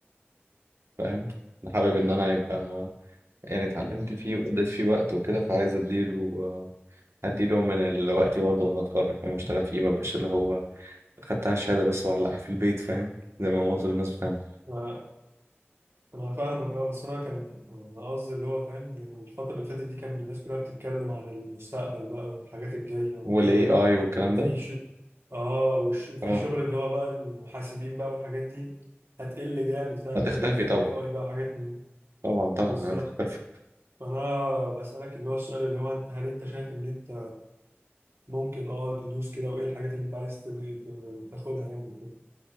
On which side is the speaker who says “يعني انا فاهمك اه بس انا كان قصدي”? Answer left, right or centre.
Right